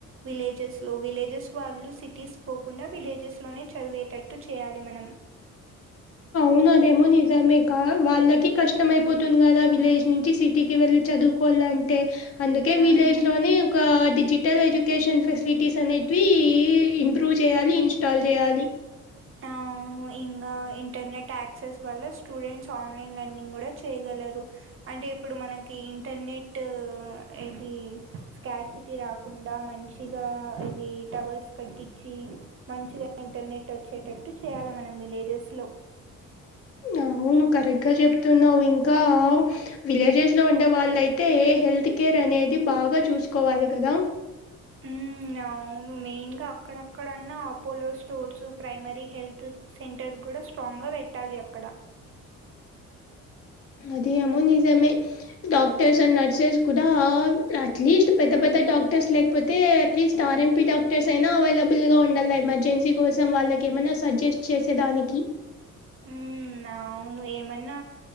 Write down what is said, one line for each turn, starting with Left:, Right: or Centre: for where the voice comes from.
Right: విలేజెస్ లో విలేజెస్ వాళ్ళు సిటీస్ పోకుండా విలేజెస్ లోనే చదివేటట్టు చేయాలి మనం
Left: అవునదేమో నిజమే కా వాళ్ళకి కష్టంమయిపోతుంది కదా విలేజ్ నుంచి సిటీకి వెళ్ళి చదువుకోవాలి లంటే అందుకే
Right: హ్మ్.
Left: విలేజ్ లోని ఒక డిజిటల్ ఎడ్యుకేషన్ ఫెసిలిటీస్ అనేటివి ఇంప్రూవ్ చేయాలి ఇన్స్టాల్ చేయాలి
Right: అవును ఇంకా ఇంటర్నెట్ యాక్సెస్ వల్ల స్టూడెంట్స్ ఆన్లైన్ లర్నింగ్ కూడా చేయగలరు అంటే ఇప్పుడు మన కి ఇంటర్నెట్ ఇది స్కట్ సిటీ రాకుండా మంచిగా వి టవర్స్ కట్టించి మంచిగా ఇంటర్నెట్ వచ్చ వచ్చేటట్టు చేయాలి మనం విలేజెస్ లో
Left: నువ్వు కరెక్ట్ గా జెప్ న్నా ఇంకా విలేజెస్ లో ఉండే వాళ్ళ అయితే హెల్త్ కేర్ అనేది బాగా చూ చూసుకోవాలి కదా
Right: ఉ అవును మెయిన్ గా అక్కడక్కడన్నా Apollo stores primary health centres కూడా స్ట్రాంగ్గా పెట్టాలి అక్కడ
Left: అదిేమో నిజమే డాక్టర్స్ అండ్ నర్సెస్ కూడా అట్లీస్ట్ పెద్ద పెద్ద డాక్టర్స్ లేకపోతే అట్లీస్ట్ ఆర్ఎంపీ డాక్టర్స్ అయినా అవైలబుల్గా ఉండాలి ఎమర్జెన్సీ కోసం వాళ్ళ ఏమన్న సజెస్ట్ చేసేదానికి
Right: ఉ అవును ఏమన్నా